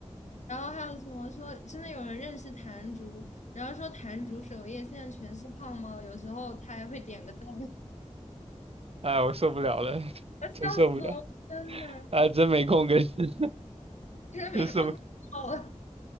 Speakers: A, on the left; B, on the right.
A: 然后还有什么说，真的有人认识谭竹，然后说谭竹首页现在全是胖猫，有时候他还会点个赞，
B: <laughs> 哎，我受不了了，
A: <laughs>
B: 真受不了。
A: 笑死了，我天呐，
B: 哎，真没空跟 <laughs>
A: 真的没空看到了。
B: 这是，